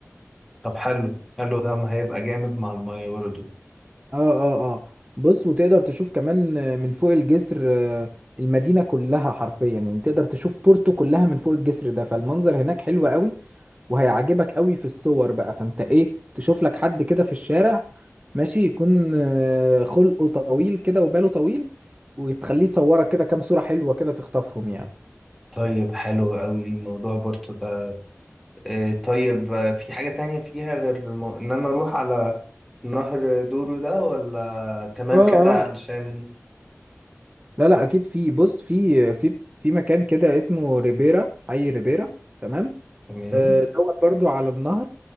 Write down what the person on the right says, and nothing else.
اه اه اه بص وتقدر تشوف كمان آه، من فوق الجسر آه، المدينة كلها حرفيا يعني تقدر تشوف بورتو كلها من فوق الجسر ده فالمنظر هناك حلو قوي وهيعجبك قوي في الصور بقى فانت ايه تشوف لك حد كده في الشارع ماشي يكون آه، خلقه طويل كده وباله طويل وتخليه يصورك كده كام صورة حلوة كده تخطفهم يعني
اه
اه
لا لا اكيد في بص في في في مكان كده اسمه ريبيرا حي ريبيرا تمام
آه، دوت برضو على النهر